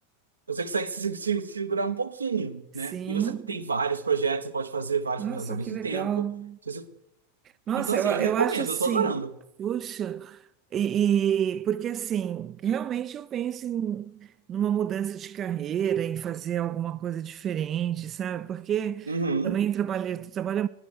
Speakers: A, on the right; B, on the right.
A: você consegue se, se- segurar um pouquinho,
B: <laughs> Sim,
A: né? E você tem vários projetos, você pode fazer vários
B: nossa,
A: projetos ao mesmo
B: que legal.
A: tempo. Se você-
B: Nossa,
A: Então, assim,
B: eu,
A: eu
B: eu
A: recomendo,
B: acho assim,
A: eu tô adorando.
B: puxa, e, e- porque assim, realmente eu penso em numa mudança de carreira, em fazer alguma coisa diferente, sabe? Porque
A: Uhum.
B: também trabalhei, trabalha,